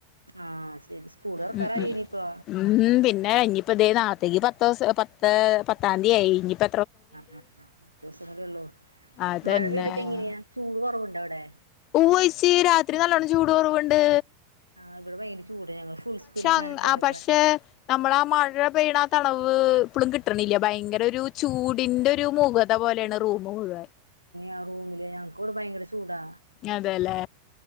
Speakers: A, on the right; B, on the left.
A: ആഹ് ശരി സ്കൂളർക്കറായിലെപ്പൊ
B: ഉം ഉം ഉം പിന്നെ ഇനിയിപ്പ ഇതേ നാളത്തേക്ക് പത്ത് ദിവസ പത്ത് പത്താം തീയതിയായി ഇനിപ്പ
A: കുറച്ചു ദിവസം കൂടി ഒള്ളൂ
B: അതന്നെ
A: മഴ പെയ്തിട്ട് എങ്ങനെയാ ചൂട് കൊറവുണ്ടോ അവിടെ?
B: ഉവ്വ്‌ യേചിരാത്രി നല്ലോണ്ണം ചൂട് കൊറവുണ്ട്
A: ആ ഇവിടെ ഭയര ചൂട് ഞങ്ങള് ഫുൾ സ്പീഡ്ല്
B: അങ്
A: ഫാനിട്ട് കെടക്കണ
B: ആ പക്ഷെ നമ്മള ആ മഴ പെയ്യുന്ന ആ തണവ് ഇപ്പഴും കിട്ടണില്ല ഭയങ്കര ഒരു ചൂടിന്റെ ഒരു മുഖ അതപോലെയാണ് റൂം മുഴുവൻ
A: ആ റൂമില് ഞങ്ങൾക്ക് ഇവിടെഭയങ്കര ചൂടാ
B: അതെല്ലേ?